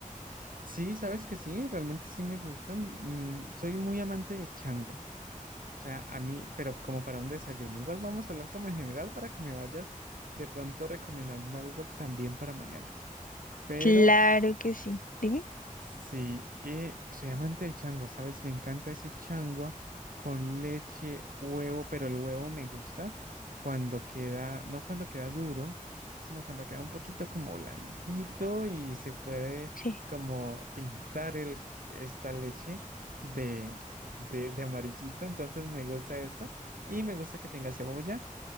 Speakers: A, on the right; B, on the left.
A: Sí, sabes que sí, realmente sí me gustan. Mm, soy muy amante del changua. sea, a mí, pero como para un desayuno. Igual vamos a hablar como en general para que me vayas de pronto recomendando algo también para mañana. Pero
B: Claro que sí. Dime.
A: Sí, y soy amante del changua, ¿sabes? Me encanta ese changua con leche, huevo, pero el huevo me gusta cuando queda, no cuando queda duro, sino cuando queda un poquito como blandito y se puede
B: Sí.
A: como pintar el, esta leche de, de, de amarillito. Entonces me gusta esto y me gusta que tenga cebolla,